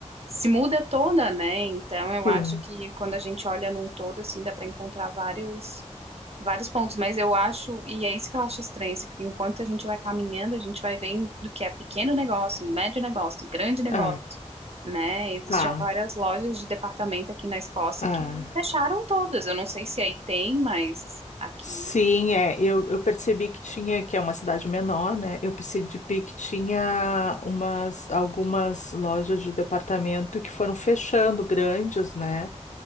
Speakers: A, on the right; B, on the left.
A: se muda toda, né? Então eu
B: Sim,
A: acho que quando a gente olha num todo, assim, dá para encontrar vários vários pontos, mas eu acho, e é isso que eu acho estranho, assim, porque enquanto a gente vai caminhando, a gente vai vendo do que é pequeno negócio, médio negócio, grande negócio,
B: é,
A: né? Existiam
B: tá,
A: várias lojas de departamento aqui na Escócia
B: é.
A: que fecharam todas. Eu não sei se aí tem, mas aqui
B: Sim, é, eu, eu percebi que tinha, que é uma cidade menor, né? Eu percebi que tinha umas, algumas lojas de departamento que foram fechando, grandes, né?